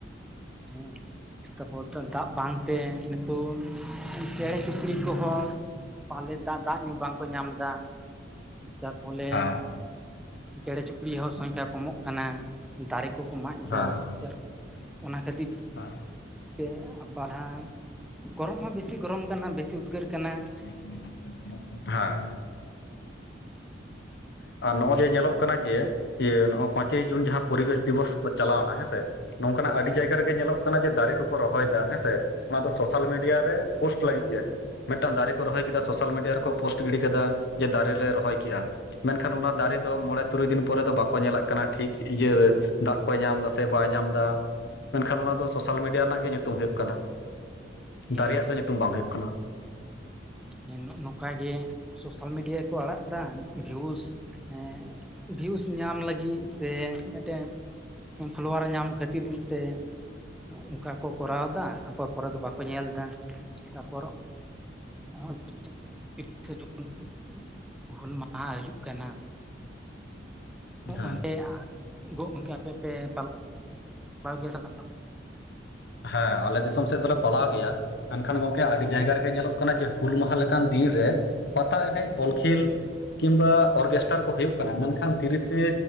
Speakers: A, in the centre; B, on the left (about 60°).
A: ᱦᱮᱸ ᱾ ᱛᱟᱨᱯᱚᱨ ᱛᱚ ᱫᱟᱜᱽ ᱵᱟᱝᱛᱮ ᱱᱤᱛᱩᱱ ᱪᱮᱬᱮ ᱪᱩᱯᱲᱤ ᱠᱚᱦᱚᱸ ᱯᱟᱞᱮᱫ ᱫᱟ ᱫᱟᱜᱽ ᱧᱩ ᱵᱟᱝᱠᱚ ᱧᱟᱢ ᱫᱟ ᱾ ᱪᱟᱨᱯᱚᱞᱮᱱ
B: ᱦᱮᱸ
A: ᱪᱮᱬᱮ ᱪᱩᱯᱲᱤ ᱦᱚᱸ ᱥᱚᱸᱠᱷᱟᱭᱟ ᱠᱚᱢᱚᱜ ᱠᱟᱱᱟ ᱫᱟᱨᱮ ᱠᱚᱠᱚ ᱢᱟᱜ ᱮᱫᱟ
B: ᱦᱮᱸ
A: ᱾ ᱪᱟᱹᱜ ᱚᱱᱟ ᱠᱷᱟᱹᱛᱤᱨ
B: <unintelligible>
A: ᱛᱮ <unintelligible> ᱜᱚᱨᱚᱢ ᱦᱚᱸ ᱵᱮᱥᱤ ᱜᱚᱨᱚᱢ ᱠᱟᱱᱟ ᱵᱮᱥᱤ ᱩᱫᱽᱜᱟᱹᱨ ᱠᱟᱱᱟ ᱾
B: <inaudible> ᱫᱷᱟ ᱾ ᱟᱨ ᱱᱚᱜ ᱡᱮ ᱧᱮᱞᱚᱜ ᱠᱟᱱᱟ ᱡᱮ ᱤᱭᱟᱹ ᱱᱚᱜ ᱚᱸ ᱯᱟᱸᱪᱮᱭ ᱡᱩᱱ ᱡᱟᱦᱟᱸ ᱯᱚᱨᱤᱵᱮᱥ ᱫᱤᱵᱚᱥ ᱪᱟᱞᱟᱣᱱᱟ ᱦᱮᱸᱥᱮ ᱱᱚᱝᱠᱟᱱᱟᱜ ᱟᱹᱰᱤ ᱡᱟᱭᱜᱟ
A: ᱦᱮᱸ
B: ᱨᱮᱜᱮ ᱧᱮᱞᱚᱜ ᱠᱟᱱᱟ ᱡᱮ ᱫᱟᱨᱮ ᱠᱚᱠᱚ ᱨᱚᱦᱚᱭ ᱫᱟ ᱦᱮᱸᱥᱮ ᱚᱱᱟ ᱫᱚ ᱥᱳᱥᱟᱞ ᱢᱤᱰᱤᱭᱟ ᱨᱮ ᱯᱳᱥᱴ ᱞᱟᱹᱜᱤᱜ ᱜᱮ ᱾ ᱢᱮᱴᱟᱝ ᱫᱟᱨᱮ ᱠᱚ ᱨᱚᱦᱚᱭ ᱠᱮᱫᱟ ᱥᱳᱥᱟᱞ ᱢᱤᱰᱤᱭᱟ ᱨᱮᱠᱚ ᱯᱳᱥᱴ ᱜᱤᱲᱤ ᱠᱟᱫᱟ ᱡᱮ ᱫᱟᱨᱮ ᱞᱮ ᱨᱚᱦᱚᱭ ᱠᱮᱜ-ᱟ ᱾ ᱢᱮᱱᱠᱷᱟᱱ ᱚᱱᱟ ᱫᱟᱨᱮ ᱫᱚ ᱢᱚᱬᱮ ᱛᱩᱨᱩᱭ ᱫᱤᱱ ᱯᱚᱨᱮ ᱫᱚ ᱵᱟᱠᱚ ᱧᱮᱞᱟᱜ ᱠᱟᱱᱟ ᱴᱷᱤᱠ ᱤᱭᱟᱹ ᱫᱟᱜᱽ ᱠᱚᱭ ᱧᱟᱢ ᱫᱟ ᱥᱮ ᱵᱟᱭ ᱧᱟᱢ ᱫᱟ᱾ ᱢᱮᱱᱠᱷᱟᱱ ᱚᱱᱟ ᱫᱚ ᱥᱳᱥᱟᱞ ᱢᱤᱰᱤᱭᱟ ᱨᱮᱱᱟᱜ ᱜᱮ ᱧᱩᱛᱩᱢ ᱦᱩᱭᱩᱜ ᱠᱟᱱᱟ
A: ᱦᱮᱸ
B: ᱫᱟᱨᱮ ᱭᱟᱜ ᱫᱚ ᱧᱩᱛᱩᱢ ᱵᱟᱝ ᱦᱩᱭᱩᱜ ᱠᱟᱱᱟ ᱾
A: ᱦᱮᱸ ᱱᱚᱜ-ᱱᱚᱝᱠᱟᱜᱮ ᱥᱳᱥᱟᱞ ᱢᱤᱰᱤᱭᱟ ᱠᱚ ᱟᱲᱟᱜ ᱫᱟ ᱵᱷᱤᱭᱩᱥ ᱮᱸ ᱵᱷᱤᱭᱩᱥ ᱧᱟᱢ ᱞᱟᱹᱜᱤᱜ ᱥᱮ ᱢᱮᱴᱮ ᱯᱷᱚᱞᱳᱣᱟᱨ ᱧᱟᱢ ᱠᱷᱟᱹᱛᱤᱨ ᱛᱮ ᱚᱝᱠᱟ ᱠᱚ ᱠᱚᱨᱟᱣ ᱫᱟ ᱯᱚᱨᱮ ᱫᱚ ᱵᱟᱠᱚ ᱧᱮᱞ ᱫᱟ ᱛᱟᱯᱚᱨ <unintelligible> ᱦᱩᱞ ᱢᱟᱦᱟ ᱦᱟᱹᱡᱩᱜ ᱠᱟᱱᱟ᱾
B: ᱦᱮᱸ
A: ᱚᱱᱛᱮ ᱜᱚᱝᱠᱮ ᱟᱯᱮ ᱯᱮ <unintelligible> ᱜᱮᱭᱟ ᱥᱮ ᱵᱟᱝ ᱾
B: ᱦᱮᱸ ᱟᱞᱮ ᱫᱤᱥᱚᱢ ᱥᱮᱫ ᱫᱚᱞᱮ ᱯᱟᱞᱟᱣ ᱜᱮᱭᱟ ᱾ ᱢᱮᱱᱠᱷᱟᱱ ᱜᱚᱝᱠᱮ ᱟᱹᱰᱤ ᱡᱟᱭᱜᱟ ᱨᱮᱜᱮ ᱧᱮᱞᱚᱜ ᱠᱟᱱᱟ ᱡᱮ ᱦᱩᱞ ᱢᱟᱦᱟ ᱞᱮᱠᱟᱱ ᱫᱤᱱ ᱨᱮ ᱯᱟᱛᱟ ᱮᱱᱮᱡ ᱵᱚᱞ ᱠᱷᱮᱞ ᱠᱤᱢᱵᱟ ᱚᱨᱜᱮᱥᱴᱟᱨ ᱠᱚ ᱦᱩᱭᱩᱜ ᱠᱟᱱᱟ ᱢᱮᱱᱠᱷᱟᱱ ᱛᱤᱨᱤᱥᱮ